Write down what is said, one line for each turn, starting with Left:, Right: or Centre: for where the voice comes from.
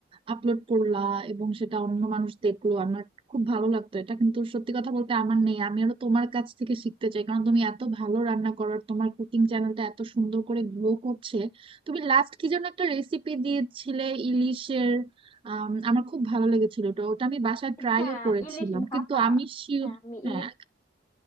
Right: আপলোড করলা এবং সেটা অন্য মানুষ দেখলো আমার খুব ভালো লাগতো এটা কিন্তু সত্যি কথা বলতে আমার নেই আমি আরো তোমার কাছ থেকে শিখতে চাই কারণ তুমি এত ভালো রান্না করো আর তোমার কুকিং চ্যানেলটা এত সুন্দর করে গ্রো করছে তুমি লাস্ট কি যেন একটা রেসিপি দিয়েছিলে ইলিশের আম, আমার খুব ভালো লেগেছিল ওটা ওটা আমি বাসায় ট্রাইও
Left: হ্যাঁ
Right: করেছিলাম
Left: ইলিশ ভাপা
Right: কিন্তু আমি শিওর
Left: হ্যাঁ আমি
Right: হ্যাঁ
Left: ইলিশ